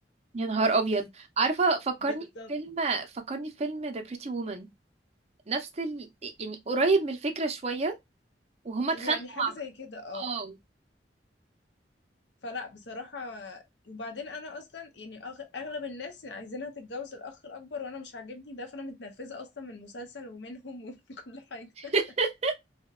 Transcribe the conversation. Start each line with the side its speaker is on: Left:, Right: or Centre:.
Right: يا نهار ابيض عارفه فكرني
Left: بالظبط
Right: فيلم فكرني فيلم ذا بريتي وومن نفس ال... يعني قريب من الفكره شويه وهما اتخانقوا
Left: يعني حاجة
Right: مع بعض
Left: زي كده اه
Right: اه
Left: فلا بصراحة وبعدين أنا أصلا يعني أغ- أغلب الناس عايزينها تتجوز الأخ الأكبر وأنا مش عاجبني ده فأنا متنرفزة أصلا من المسلسل ومنهم ومن كل حاجة
Right: <laughs>